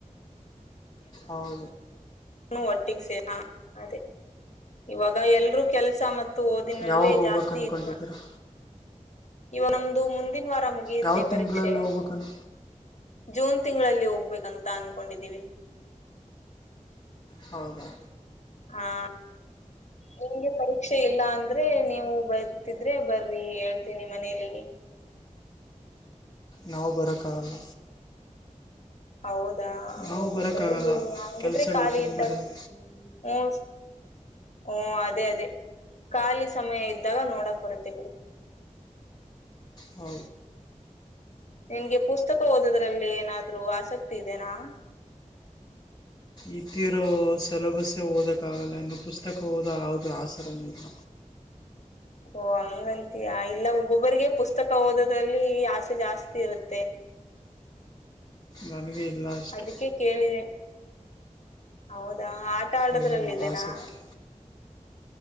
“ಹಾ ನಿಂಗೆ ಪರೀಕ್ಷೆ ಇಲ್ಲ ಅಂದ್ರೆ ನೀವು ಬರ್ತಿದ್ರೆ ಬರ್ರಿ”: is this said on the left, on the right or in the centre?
Left